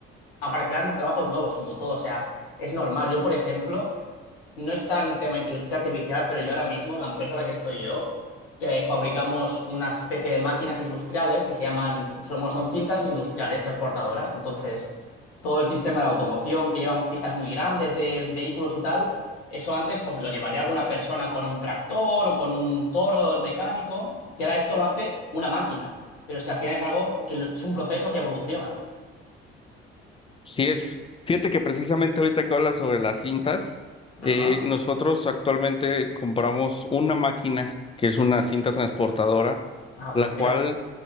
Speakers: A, on the left; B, on the left.
A: aparecerán trabajos nuevos, como todo. O sea, es normal. Yo, por ejemplo, no es tan tema inteligencia artificial, pero yo ahora mismo, la empresa en la que estoy yo, que fabricamos una especie de máquinas industriales que se llaman, somos, son cintas industriales transportadoras. Entonces, todo el sistema de automoción que llevan piezas muy grandes de vehículos y tal, eso antes pues lo llevaría alguna persona con un tractor o con un toro mecánico, y ahora esto lo hace una máquina. Pero es que al final es algo que es un proceso que evoluciona.
B: Sí es, fíjate que precisamente ahorita que hablas sobre las cintas, eh,
A: Ajá.
B: nosotros actualmente compramos una máquina que es una cinta transportadora,
A: Ah,
B: la
A: pues mira,
B: cual